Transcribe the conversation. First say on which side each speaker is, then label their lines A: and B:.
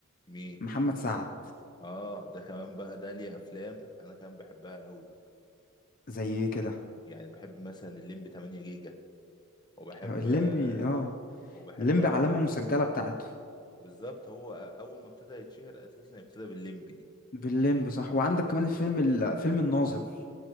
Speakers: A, on the left; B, on the left.
A: مين
B: محمد سعد
A: اه ده كمان بقى ده ليه افلام انا كمان بحبها قوي بقى
B: زي كده
A: يعني بحب مثلا الليمبي 8 جيجا وبحب
B: الليمبي
A: آه
B: اه
A: وبحب
B: الليمبي
A: عوكل
B: علامه مسجله بتاعته
A: بالظبط هو اول ما ابتدى يتشهر اساسا ابتدى بالليمبي
B: بالليمبي صح وعندك كمان الفيلم ال... فيلم الناظر